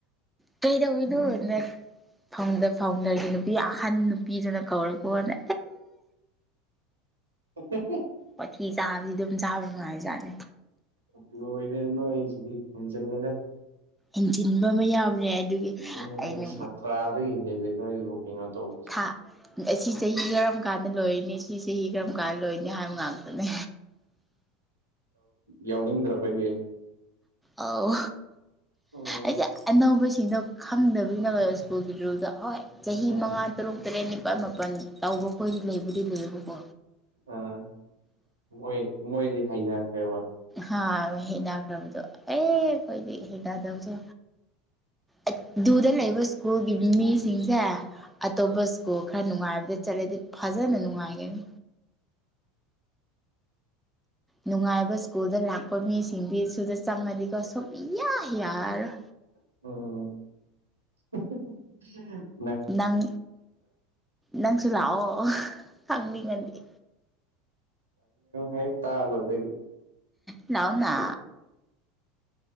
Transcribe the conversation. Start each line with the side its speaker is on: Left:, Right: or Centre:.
Centre: ꯀꯩꯗꯧꯏꯅꯣ ꯐꯥꯎꯟꯗꯔ ꯐꯥꯎꯟꯗꯔꯒꯤ ꯅꯨꯄꯤ ꯑꯍꯟ ꯅꯨꯄꯤꯗꯨꯅ ꯀꯧꯔꯛꯄꯣꯅ
Right: <unintelligible>
Centre: ꯋꯊꯤ ꯆꯥꯕꯗꯤ ꯑꯗꯨꯝ ꯆꯥꯕ ꯅꯨꯡꯉꯥꯏꯖꯥꯠꯅꯤ
Right: <unintelligible> ꯑꯣꯏꯔꯦ ꯅꯣꯢꯁꯤꯗꯤ ꯍꯨꯝꯖꯜꯂꯒ
Centre: ꯏꯟꯖꯤꯟꯕ ꯑꯃ ꯌꯥꯎꯕꯅꯦ ꯑꯗꯨꯒꯤ
Right: ꯎꯝ
Centre: ꯑꯩꯅ
Right: ꯁꯥꯇ꯭ꯔꯥꯗꯒꯤꯅꯦꯦ ꯅꯣꯏ ꯕꯨꯀꯤꯡ ꯇꯧꯕꯁꯦ
Centre: ꯊꯥ ꯑꯁꯤ ꯆꯍꯤ ꯀꯔꯝ ꯀꯥꯟꯗ ꯂꯣꯏꯅꯤ ꯁꯤ ꯆꯍꯤ ꯀꯔꯝ ꯀꯥꯟꯗ ꯂꯣꯏꯅꯤ ꯍꯥꯏꯕ ꯉꯥꯛꯇꯅꯦ꯫
Right: ꯌꯥꯎꯅꯤꯡꯗ꯭ꯔꯕꯒꯤ
Centre: ꯑꯧ
Right: ꯎꯝ
Centre: ꯑꯩꯁꯦ ꯑꯅꯧꯕꯁꯤꯡꯅ ꯈꯪꯗꯕꯒꯤ ꯅꯪ ꯁ꯭ꯨꯀꯜꯒꯤ ꯔꯨꯜꯗ ꯍꯣꯏ꯫ ꯆꯍꯤ
Right: ꯎꯝ
Centre: ꯃꯉꯥ ꯇꯔꯨꯛ ꯇꯔꯦꯠ ꯅꯤꯄꯥꯜ ꯃꯥꯄꯜ ꯇꯧꯕ ꯈꯈꯣꯏꯗꯤ ꯂꯩꯕꯨꯗꯤ ꯂꯩꯌꯦꯕꯀꯣ
Right: ꯑꯥ ꯃꯣꯏ ꯃꯣꯏꯗꯤ ꯍꯩꯅꯈ꯭ꯔꯦꯕ꯫
Centre: ꯍꯥ ꯍꯩꯅꯩꯅꯈ꯭ꯔꯕꯗꯣ ꯑꯦ ꯑꯩꯈꯣꯏꯗꯤ ꯍꯩꯅꯗꯕꯁꯨ ꯑꯗꯨꯗ ꯂꯩꯕ ꯁ꯭ꯀꯨꯜꯒꯤ ꯃꯤꯁꯤꯡꯁꯦ ꯑꯇꯣꯞꯄ ꯁ꯭ꯀꯨꯜ ꯈꯔ ꯅꯨꯡꯉꯥꯏꯕꯗ ꯆꯠꯂꯗꯤ ꯐꯖꯅ ꯅꯨꯡꯉꯥꯏꯒꯅꯤ ꯅꯨꯡꯉꯥꯏꯕ ꯁ꯭ꯀꯨꯜꯗ ꯂꯥꯛꯄ ꯃꯤꯁꯤꯡꯗꯤ ꯁꯨꯗ ꯆꯪꯉꯗꯤꯀꯣ ꯁꯨꯛꯌꯥ ꯌꯥꯔꯣꯏ
Right: ꯑ <unintelligible>
Centre: ꯅꯪ ꯅꯪꯁꯨ ꯂꯥꯛꯑꯣ ꯈꯪꯅꯤꯡꯉꯗꯤ꯫
Right: ꯍꯦꯛꯇꯥꯕꯗꯒꯤ
Centre: ꯂꯎꯅꯥ